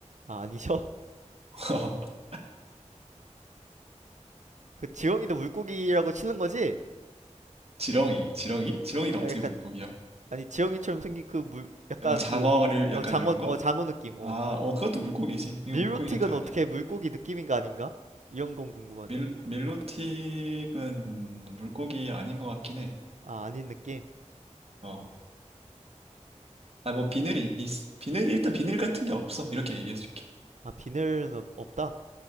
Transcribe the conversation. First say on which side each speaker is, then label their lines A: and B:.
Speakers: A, on the right (about 75°); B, on the right (about 55°).
A: 아 아니죠?
B: <laughs>
A: <laughs> 그 지영이도 물고기라고 치는 거지?
B: 지렁이 지렁이? 지렁이가
A: 아,
B: 어떻게
A: 약간
B: 물고기야?
A: 아니 지영이처럼 생긴 그 물 약간
B: 뭐 장어류
A: 그 어,
B: 약간
A: 장어
B: 이런 거?
A: 어 장어 느낌 어
B: 아, 어 그것도 물고기지.
A: 밀로틱은
B: 이거 물고기 근데 아니야.
A: 어떻게 물고기 느낌인가 아닌가? 이런 건 궁금하네.
B: 밀, 밀로틱은 물고기 아닌 것 같긴 해.
A: 아 아닌 느낌.
B: 어. 아, 뭐 비늘이 있, 비늘 일단 비늘 같은 게 없어. 이렇게 얘기해 줄게.
A: 아 비늘은 없다.